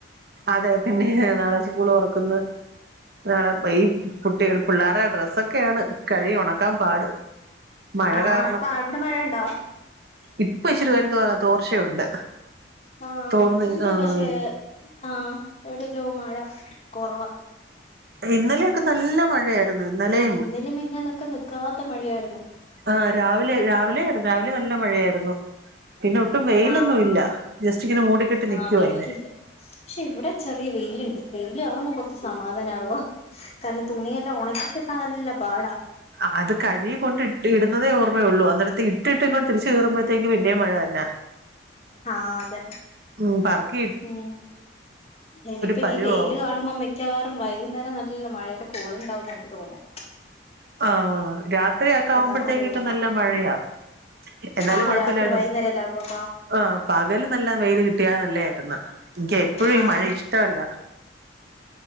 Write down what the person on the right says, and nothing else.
അതെ പിന്നേ നാളെ സ്കൂളൊറക്കുന്ന്. നാളെപയ് കുട്ട്യൾക്കു പിള്ളേരെ ഡ്രെസ്സൊക്കെയാണ് കഴികി ഉണക്കാൻ പാട്. മഴ
കാരണം
ഇപ്പൊ ഇച്ചിരി നേരംതോ തോർച്ചയുണ്ട്.
തോർന്ന്
ആഹ്
ഇന്നലെയൊക്കെ നല്ല ഇന്നലെയും
ആഹ് രാവിലെ രാവിലെര്ന്ന് രാവിലെ നല്ല മഴയായിരുന്നു. പിന്നെ ഒട്ടും വെയിലൊന്നുല്ല
ജസ്റ്റ് ഇങ്ങനെ മൂടിക്കെട്ടി നിക്കുവയിന്നെ
ആഹ് അത് കഴുകി കൊണ്ട് ഇട്ട് ഇടുന്നതേ ഓർമയൊള്ളു അന്നിടത്തെ ഇട്ടിട്ട് ഇങ്ങോട്ട് തിരിച്ച് കേറുമ്പോഴത്തേക്ക് പിന്നേം മഴ തന്നാ
ഉം പറക്കി
പരുവാവും
ആഹ് രാത്രിയാക്കെ ആവുമ്പോഴത്തേക്കൊക്കെ
നല്ല മഴയാ എന്നാലും
കൊഴപ്പില്ലായിരുന്നു
ആഹ് പകല് നല്ല വെയിൽ കിട്ടിയാ നല്ലേ ആയിരുന്നു എനിക്ക് എപ്പോഴും
ഈ മഴ ഇഷ്ടല്ല